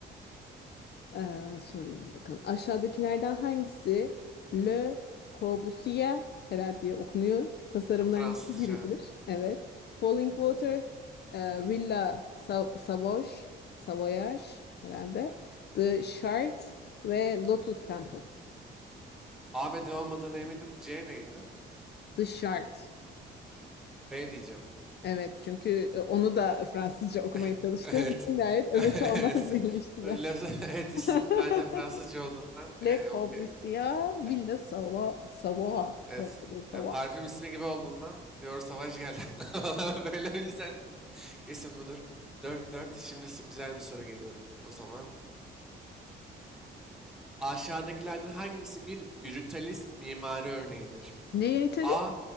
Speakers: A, on the left (about 55°); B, in the centre.
A: Ee, soruyorum bakalım. Aşağıdakilerden hangisi Le Corbusier herhalde diye okunuyor. Tasarımlarından
B: Tamam, Fransızca.
A: biridir. Evet. Falling Water, e, Villa Sa- Savoş, Savoyage herhalde. The Shard ve Lotus Temple.
B: A ve D olmadığına eminim. C neydi?
A: The Shard.
B: B diyeceğim.
A: Evet çünkü e, onu da Fransızca okumaya
B: <laughs>
A: çalıştığım
B: Evet.
A: için gayet
B: <laughs>
A: evet
B: Evet.
A: onlar birleştiler.
B: Laf- <laughs> Evet isim
A: <laughs>
B: zaten Fransızca olduğundan
A: Le
B: yani onu
A: Corbusier,
B: kay- e-
A: Villa Savoie, Savoie
B: evet.
A: herhalde Savoie.
B: Ya parfüm ismi gibi olduğundan diyor savaş geldi aklıma. <laughs> falan Böyle o yüzden dedim, Kesin budur. Dört dört. Şimdi s- güzel bir soru geliyorum. O zaman Aşağıdakilerden hangisi bir brutalist mimari örneğidir?
A: Neye İtalya?
B: A.